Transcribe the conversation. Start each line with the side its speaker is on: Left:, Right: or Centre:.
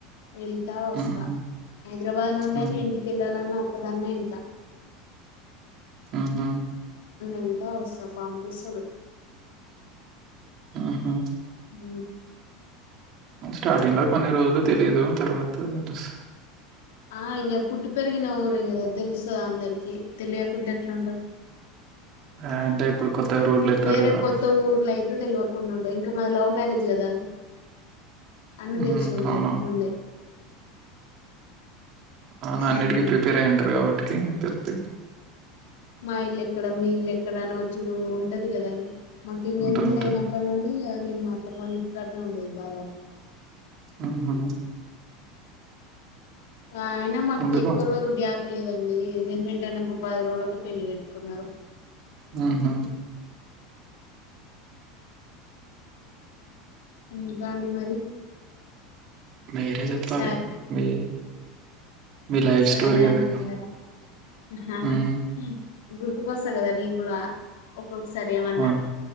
Left: వెళ్తా వస్తా
Right: హుహు.
Left: హైద్రాబాద్ నుండైనా
Right: హ్మ్.
Left: ఇంటికెళ్ళాలన్నా ఒక్కదాన్నే ఏల్తా
Right: ఊహూ
Left: ఎల్తా ఒస్త పంపిస్తడు
Right: ఊహూ
Left: ఊ
Right: స్టార్టింగ్ లో కొన్ని రోజులు తెలీదూ తరువాత తెలుస
Left: ఆ ఇగ పుట్టి పెరిగిన ఊరే గదా తెలుస్తదాందరికీ తెలియకుంట ఎట్లున్టది ఎంత వస్తా పంపిస్తాడు
Right: ఆ అంటే ఇప్పుడు కొత్తగా రోడ్లెత్తారు
Left: వేరే
Right: గదా!
Left: కొత్త ఊర్లో అయితే తెలియకుండా ఉండ ఇంక మా లవ్ మ్యారేజ్ కదా అన్ని
Right: హ్మ్.
Left: తెలిసు ఉంటయి
Right: అవును.
Left: ముందే
Right: అవునా అన్నిటికీ
Left: ఉమ్
Right: ప్రిపేర్ అయ్యింటారు కాబట్టికి తెలుతే
Left: మా ఇల్లు ఎక్కడ మీ ఇల్లు ఎక్కడని చుడు ఉంటది కదా మాకు ఎంగేజ్మెంట్
Right: ఉంటూ ఉంటారు.
Left: అయినప్పటి నుండి నేను మా అత్తమ్మ ఇంటి కాడనె ఉండేదాన్ని దాదాపు
Right: ఊహు
Left: అయిన మాకు
Right: ఎందుకు?
Left: ఎక్కువ రోజులు గ్యాప్ లేదండి నేను ఇంటర్ పది రోజులక పెళ్లి పెట్టుకున్నారు
Right: ఊహు
Left: ఇంకా అండి మరి
Right: మీరే చెప్పా
Left: స
Right: లె మీ మీ లైఫ్
Left: సరే
Right: స్టోరీ
Left: అండి
Right: అది.
Left: మరి
Right: హ్మ్.
Left: గుర్తుకొస్తా కదా నేను కూడ ఒకసారి ఏమన్నా
Right: అవును.